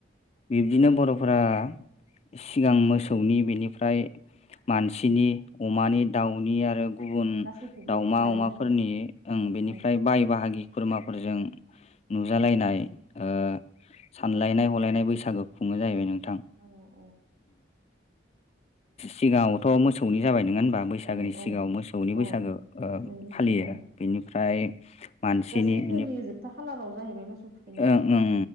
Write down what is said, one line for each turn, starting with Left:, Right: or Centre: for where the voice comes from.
Left: बिब्दिनो बर' फोरा सिगां मोसौनि बेनिफ्राय मानसिनि अमानि दाउनि आरो गुबुन
Right: गासैखौबो
Left: दाउमा
Right: लायोमोन
Left: अमाफोरनि
Right: आरोना
Left: ओ बेनिफ्राय
Right: औ
Left: बाय बाहागि खुरमाफोरजों नुजालायनाय ओ सानलायनाय हलायनाय बैसागु खुङो जाहैबाय नों
Right: औ
Left: सिगाङावथ' मोसौनि जाबाय नङा बैसागोनि
Right: औ औ
Left: सिगाङाव मोसौनि बैसागो
Right: औ मोसौनि बैसागो
Left: फालियो
Right: थांबाय
Left: बिनिफ्राय मानसिनि
Right: सैत्रनि
Left: बिनि
Right: जोबथा खालाराव जाहैबाय मोसौ थुखैनाया
Left: ओं ओं